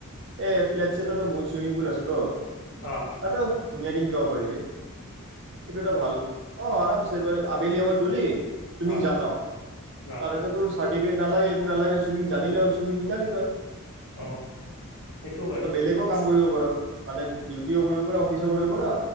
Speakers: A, on the right; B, on the left.
A: এই ফ্লেট শ্লেটতো বহুত ছুইমিং পুল আছেতো!
B: অ
A: তাতো ধুনীয়াকে শিকাব পাৰিবি। এইটো এটা ভাল, অ, আৰামছে তই বেলিয়িব গ'লি, চুইমিং
B: অ
A: জান
B: অ
A: তাৰে তো তোৰ চৰ্টফিকেত নালাগে, একো নালাগে, চুইমং জানিলেই হ'ল, চুইমং শিকালি তই।
B: অ' সেইটো হয়।
A: তই বেলেগো কাম কৰিব পাৰ মানে ডিউটিও কৰিব পাৰা অফিচও কৰিব পাৰা